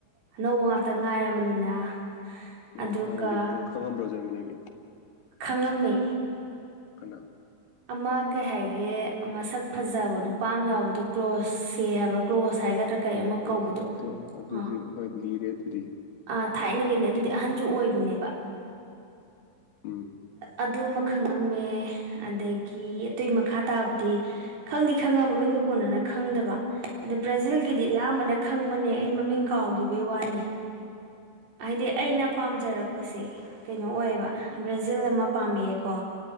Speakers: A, on the right; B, on the left.
A: ꯑꯅꯧꯕ ꯉꯥꯛꯇ ꯉꯥꯏꯔꯕꯅꯤꯅ
B: ꯎꯝ
A: ꯑꯗꯨꯒ
B: ꯍꯥꯟꯅꯗꯤ ꯈꯪꯉꯝꯕ꯭ꯔꯣ ꯖꯔꯃꯅꯤꯒꯤ
A: ꯈꯪꯉꯝꯃꯦ
B: ꯀꯅꯥ
A: ꯑꯃ ꯀꯩ ꯍꯥꯏꯒꯦ ꯃꯁꯛ ꯐꯖꯕ ꯅꯨꯄꯥ ꯑꯃ ꯌꯥꯎꯕꯗꯣ ꯀ꯭ꯂꯣꯁꯁꯦ ꯍꯥꯏꯕ꯭ꯔꯣ ꯀ꯭ꯂꯣꯁ ꯍꯥꯏꯒꯗ꯭ꯔꯥ ꯀꯩ ꯑꯃ ꯀꯧꯕꯗꯣ
B: ꯔꯣꯁꯦ ꯑꯗꯨ ꯑꯗꯨꯗꯤ
A: ꯑ
B: ꯍꯣꯏ ꯂꯤꯔꯦ ꯑꯗꯨꯗꯤ
A: ꯑ ꯊꯥꯏꯅꯒꯤꯅꯤ ꯑꯗꯨꯗꯤ ꯑꯍꯟ ꯗꯨ ꯑꯣꯏꯕꯅꯦꯕ
B: ꯎꯝ
A: ꯑꯗꯨꯃꯛ ꯈꯪꯉꯝꯃꯦ ꯑꯗꯒꯤ ꯑꯗꯨꯏ ꯃꯈꯥ ꯇꯥꯕꯗꯤ ꯈꯪꯗꯤ ꯈꯪꯉ ꯃꯃꯤꯡꯒ ꯀꯣꯟꯅꯅ ꯈꯪꯗꯕ ꯑꯗꯣ ꯕ꯭ꯔꯥꯖꯤꯜꯒꯤꯗꯤ ꯑꯌꯥꯝꯕꯅ ꯈꯪꯕꯅꯦ ꯑꯩ ꯃꯃꯤꯡ ꯀꯥꯎꯈꯤꯕꯩ ꯋꯥꯅꯤ
B: <inaudible>
A: ꯍꯥꯏꯗꯤ ꯑꯩꯅ ꯄꯥꯝꯖꯔꯛꯄꯁꯦ ꯀꯩꯅꯣ ꯑꯣꯏꯌꯦꯕ
B: ꯎꯝ
A: ꯕ꯭ꯔꯥꯖꯤꯜ ꯑꯃ ꯄꯥꯝꯃꯛꯑꯦꯀꯣ